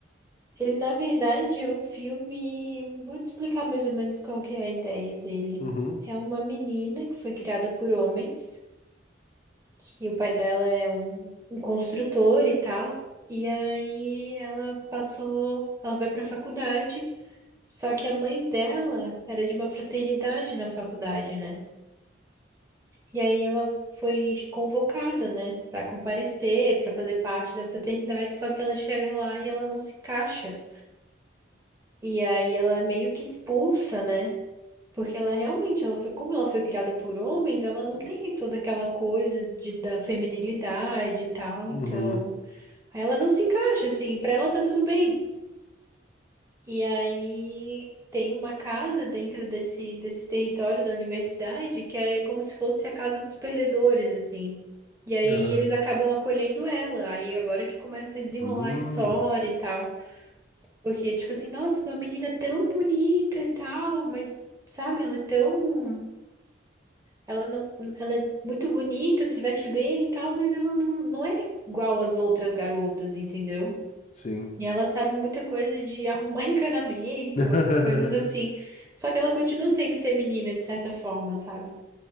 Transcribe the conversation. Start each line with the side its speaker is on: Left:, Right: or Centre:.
Right: Ele, na verdade, é um filme. Vou te explicar mais ou menos qual que é a ideia dele.
Left: Uhum,
Right: É uma menina que foi criada por homens, que o pai dela é um, um construtor e tal. E aí ela passou. Ela vai pra faculdade. Só que a mãe dela era de uma fraternidade na faculdade, né? E aí ela foi convocada, né, Pra comparecer, pra fazer parte da fraternidade, só que ela chega lá e ela não se encaixa. E aí ela é meio que expulsa, né? Porque ela realmente, ela foi, como ela foi criada por homens, ela não tem toda aquela coisa de, da feminilidade e tal, então,
Left: uhum,
Right: aí ela não se encaixa assim, pra ela tá tudo bem. E aí tem uma casa dentro desse, desse território da universidade que é como se fosse a casa dos perdedores, assim. E aí
Left: aham,
Right: eles acabam acolhendo ela. Aí agora que começa a desenrolar
Left: hum,
Right: a história e tal. Porque, tipo assim, nossa, uma menina tão bonita e tal, mas, sabe, ela é tão. Ela não, ela é muito bonita, se veste bem e tal, mas ela não, não é igual às outras garotas, entendeu?
Left: sim.
Right: E ela sabe muita coisa de arrumar <laughs> encanamento,
Left: <laughs>
Right: essas coisas assim. Só que ela continua sendo feminina de certa forma, sabe?